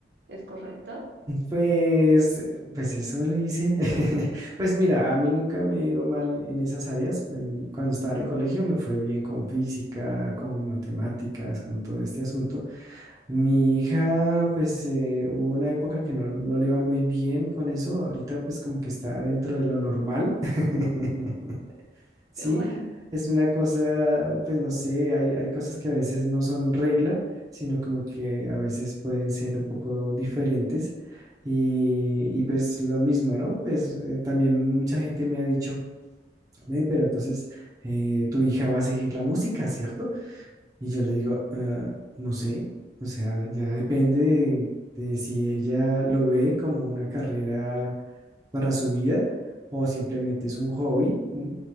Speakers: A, on the right; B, on the right.
A: ¿Es correcto?
B: Pues, pues eso le dicen. <laughs> Pues mira, a mí nunca me he ido mal en esas áreas. En- cuando estaba en el colegio me fue bien con física, con matemáticas, con todo este asunto. Mi hija, pues eh, hubo una época que no, no le iba muy bien con eso. Ahorita pues como que está dentro de lo normal. <laughs> Sí,
A: Qué bueno.
B: es una cosa, pues no sé, hay, hay cosas que a veces no son regla, sino como que a veces pueden ser un poco diferentes. Y, y pues lo mismo, ¿no? Pues eh, también mucha gente me ha dicho, ven, pero entonces eh, tu hija va a seguir la música, ¿cierto? Y yo le digo, "Ah, no sé, o sea, ya depende de de si ella lo ve como una carrera para su vida o simplemente es un hobby. Mm,